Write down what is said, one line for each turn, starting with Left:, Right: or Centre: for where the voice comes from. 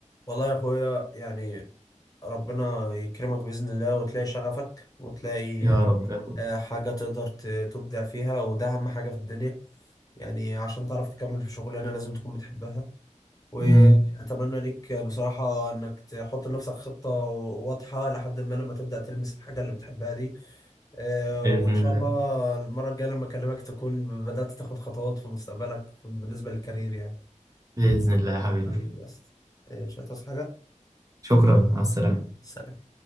Left: والله يا اخويا يعني ربنا يكرمك بإذن الله وتلاقي شغفك وتلاقي
Right: يا رب يا أخوي
Left: آه، حاجة تقدر ت- تبدع فيها وده أهم حاجة في الدنيا يعني عشان تعرف تكمل في شغلانة لازم تكون بتحبها وأتمنى
Right: أمم،
Left: ليك بصراحة إنك تحط لنفسك خطة واضحة لحد ما لما تبدأ تلمس الحاجة اللي بتحبها دي آه،
Right: بإذن
Left: وإن شاء
Right: الله
Left: الله المرة الجاية لما أكلمك تكون بدأت تاخد خطوات في مستقبلك بالنسبة للكارير يعني
Right: بإذن الله يا حبيبي
Left: حبيبي بس آه، مش هتصحى حاجة
Right: شكرا مع السلامة
Left: حبيبي سلام